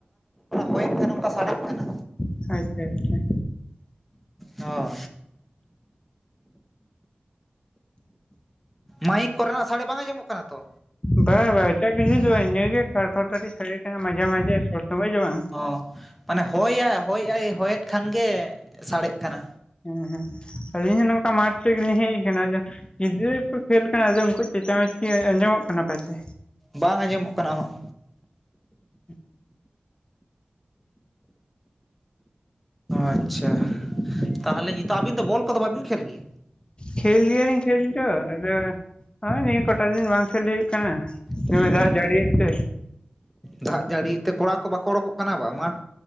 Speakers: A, in the centre; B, on the left (about 30°).
A: ᱦᱚᱭᱮᱫ ᱛᱮ ᱱᱚᱝᱠᱟ ᱥᱟᱰᱮᱫ ᱠᱟᱱᱟ᱾
B: ᱟᱪᱪᱷᱟ ᱟᱪᱪᱷᱟ᱾
A: ᱦᱳᱭ ᱢᱟᱭᱤᱠ ᱠᱚᱨᱮᱱᱟᱜ ᱥᱟᱹᱲᱮ ᱵᱟᱝ ᱟᱸᱡᱚᱢᱚᱜ ᱠᱟᱱᱟ ᱛᱚ
B: ᱵᱟ ᱵᱟᱝ ᱮᱴᱟᱜ ᱠᱤᱪᱷᱩ ᱫᱚ ᱵᱟᱝ ᱤᱱᱟᱹᱜᱮ ᱠᱷᱲᱠᱷᱲ ᱠᱟᱹᱴᱤᱡ ᱥᱟᱰᱮ ᱠᱟᱱᱟ ᱢᱟᱡᱷᱮ ᱢᱟᱡᱷᱮ ᱥᱚᱵ ᱥᱚᱢᱚᱭ ᱫᱚ ᱵᱟᱝ
A: ᱚ ᱢᱟᱱᱮ, ᱦᱚᱭᱟᱭ ᱦᱚᱭᱟᱭ ᱦᱚᱭᱮᱫ ᱠᱷᱟᱱ ᱜᱮ ᱥᱟᱲᱮᱜ ᱠᱟᱱᱟ᱾
B: ᱦᱮᱸ ᱦᱮᱸ ᱟᱞᱤᱧ ᱦᱚᱸ ᱱᱚᱝᱠᱟ ᱢᱟᱴᱷ ᱥᱮᱫ ᱜᱮᱞᱤᱧ ᱦᱮᱡ ᱟᱠᱟᱱᱟ <unintelligible> ᱜᱤᱫᱽᱨᱟᱹ ᱠᱚ ᱠᱷᱮᱹᱞ ᱠᱟᱱᱟ ᱟᱫᱚ ᱩᱱᱠᱩ ᱪᱮᱪᱟᱢᱮᱪᱤ ᱟᱸᱡᱚᱢᱚᱜ ᱠᱟᱱᱟ ᱯᱟᱪᱮ
A: ᱵᱟᱝ ᱟᱸᱡᱚᱢᱚᱜ ᱠᱟᱱᱟ ᱚᱦᱚᱸᱜ
B: <inaudible>
A: ᱟᱪᱪᱷᱟ ᱛᱟᱦᱚᱞᱮ ᱱᱤᱛᱚᱜ ᱟᱹᱵᱤᱱ ᱫᱚ ᱵᱚᱞ ᱠᱚᱫᱚ ᱵᱟᱵᱤᱱ ᱠᱷᱮᱞ ᱜᱮᱭᱟ?
B: ᱠᱷᱮᱞ ᱜᱮᱭᱟᱞᱤᱧ ᱠᱷᱮᱞ ᱫᱚ ᱟᱫᱚ ᱱᱚᱜ-ᱚᱭ ᱱᱤᱭᱟᱹ ᱠᱚᱴᱟ ᱫᱤᱱ ᱵᱟᱝ ᱠᱷᱮᱞ ᱦᱩᱭᱩᱜ ᱠᱟᱱᱟ᱾
A: ᱦᱩᱸ
B: ᱫᱚᱢᱮ ᱫᱟᱜ ᱡᱟᱲᱤᱭᱮᱫ ᱛᱮ
A: ᱫᱟᱜ ᱡᱟᱹᱲᱤᱭᱮᱫ ᱛᱮ ᱠᱚᱲᱟ ᱠᱚ ᱵᱟᱠᱚ ᱩᱰᱳᱠᱚᱜ ᱠᱟᱱᱟ ᱵᱟᱝ ᱢᱟ ᱢᱟᱴᱷ᱾